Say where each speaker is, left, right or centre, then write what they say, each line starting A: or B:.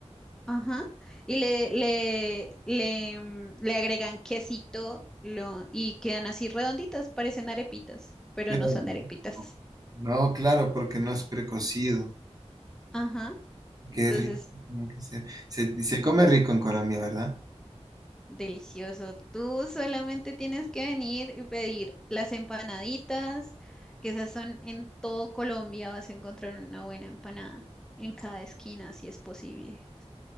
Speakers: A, in the centre; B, on the right.
A: Ajá. Y le, le, le, em, le agregan quesito lo, y quedan así redonditas, parecen arepitas, pero
B: Qué
A: no
B: rico.
A: son arepitas.
B: No, claro, porque no es precocido.
A: Ajá.
B: Qué
A: Entonces,
B: rico tiene que ser. Se, se come rico en Colombia, ¿verdad?
A: Delicioso. Tú solamente tienes que venir y pedir las empanaditas, que esas son en todo Colombia, vas a encontrar una buena empanada en cada esquina, si es posible.